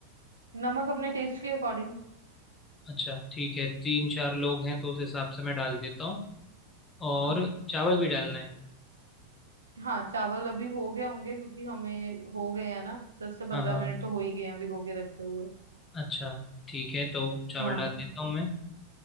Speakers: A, on the right; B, on the left.
A: नमक अपने टेस्ट के अकॉर्डिंग
B: अच्छा ठीक है तीन चार लोग हैं तो उस हिसाब से मैं डाल देता हूँ और
A: हाँ
B: चावल भी डालना है
A: हाँ चावल अभी हो गए होंगे क्योंकि हमें हो गए हैं ना दस से पंद्रह
B: हाँ हाँ
A: मिनट तो हो ही गए हैं भिगो के रखे हुए
B: अच्छा ठीक है तो चावल
A: हाँ
B: डाल देता हूँ मैं